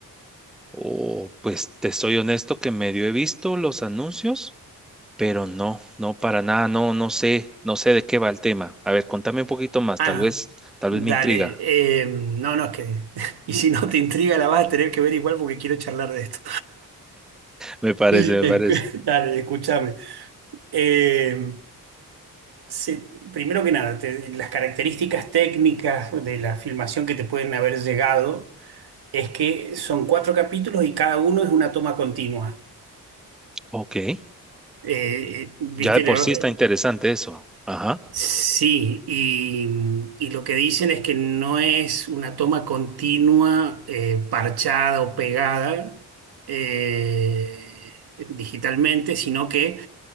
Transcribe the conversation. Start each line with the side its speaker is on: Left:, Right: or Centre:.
Centre: Oh, pues te soy honesto que medio he visto los anuncios, pero no, no para nada, no, no sé, no sé de qué va el tema. A ver, contame un poquito más, tal
Right: Ah,
Centre: vez, tal
Right: dale,
Centre: vez me intriga.
Right: eh,
Centre: <laughs>
Right: no, no, es que... <laughs> Y si no te intriga, la vas a tener que ver igual porque quiero charlar de esto.
Centre: Me parece,
Right: Escu-
Centre: me parece.
Right: <laughs> Dale, escúchame. Eh, se- primero que nada, te- las características técnicas de la filmación que te pueden haber llegado es que son cuatro capítulos y cada uno es una toma continua.
Centre: Ok. Eh,
Right: Eh, eh, ¿viste?
Centre: Ya de por
Right: lo-
Centre: sí está
Right: eh,
Centre: interesante eso. Ajá.
Right: sí, y, y lo que dicen es que no es una toma continua, eh, parchada o pegada eh, digitalmente, sino que